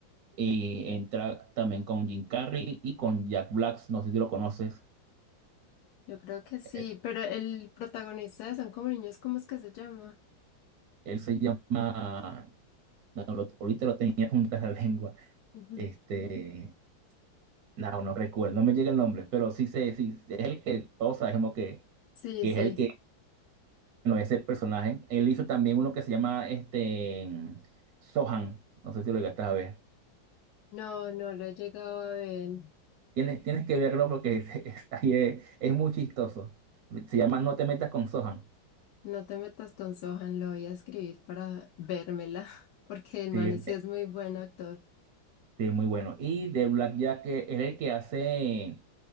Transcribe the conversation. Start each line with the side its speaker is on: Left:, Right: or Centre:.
Right: y entra también con Jim Carrey y con Jack Black, no sé si lo conoces.
Left: Yo creo que sí,
Right: eh,
Left: pero el protagonista de Son como niños, ¿cómo es que se llama?
Right: Él se llama, no, no, lo- ahorita lo tenía <laughs> junto a la lengua.
Left: Ujú.
Right: Este, no, no recuerdo, no me llega el nombre, pero sí sé, sí, es el que todos sabemos que,
Left: Sí,
Right: que
Left: sí.
Right: es el que, no es el personaje. Él hizo también uno que se llama este Sohan, no sé si lo llegaste a ver.
Left: No, no lo he llegado a ver.
Right: Tienes, tienes que verlo porque <laughs> es, es- ahí es- es muy chistoso. Se llama No te metas con Sohan.
Left: No te metas con Sohan, lo voy a escribir para vérmela, <laughs> porque el
Right: Sí,
Left: man sí es muy buen actor.
Right: Sí, muy bueno. Y de Blackjack que es el que hace